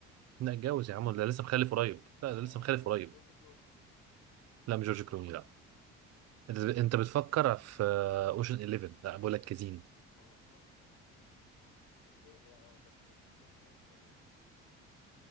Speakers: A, on the right; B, on the left.
A: لا اتجوز
B: جون كلوني
A: يا عم ده لسه مخلف قريب لا ده
B: آه
A: لسه مخلف قريب
B: جورج كلوني
A: لا مش جورج كلوني لا انت أنت بتفكر في اوشن 11 لا بقول لك كازين
B: اه اه اوشن اوشن اه لا التاني لا آه، ده كبير في السن ده التاني اسمه ايه